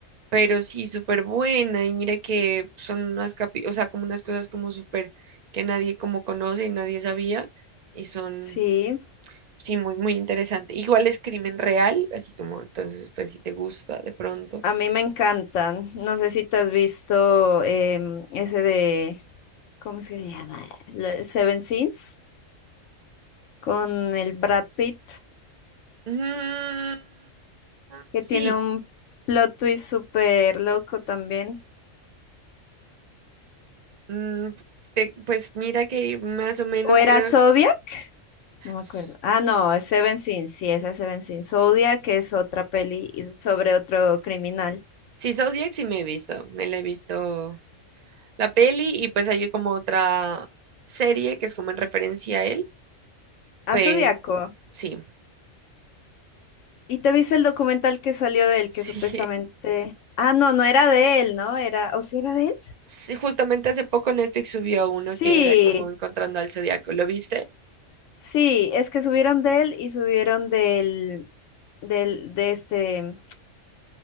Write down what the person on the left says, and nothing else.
Sí.
A mí me encantan. No sé si te has visto em, ese de, ¿cómo es que se llama? La- Seven Sins con el Brad Pitt,
que tiene un plot twist súper loco también.
¿O era
Zodiac? No me
acuerdo. Ah, no, es Seven Sin, sí, esa es Seven Sin. Zodiac es otra peli y- sobre otro criminal.
Ah,
Zodiaco.
¿Y te viste el documental que salió de él,
que supuestamente... Ah, no, no era de él, ¿no? Era... ¿O sí era de él?
Sí,
sí, es que subieron de él y subieron del... del... de este...